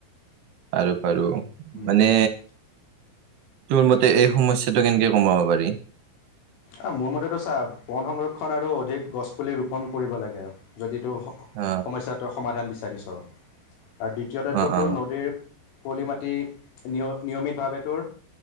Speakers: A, on the right; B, on the left.
A: পাৰো পাৰো
B: উম
A: মানে তোৰ মতে এই সমস্যাটো কেনেকে কমাব পাৰি?
B: অ', মোৰ মতেটো চা বন সংৰক্ষণ আৰু অধিক গছ পুলি ৰোপন কৰিব লাগে যদি সম-সমস্যাটো
A: অ
B: সমাধান বিচাৰিছোঁ আৰু আৰু দ্বিতীয়তেটোতো
A: অ অ
B: নদীৰ পলি মাটি নিয় নিয়মিতভাৱেতৰ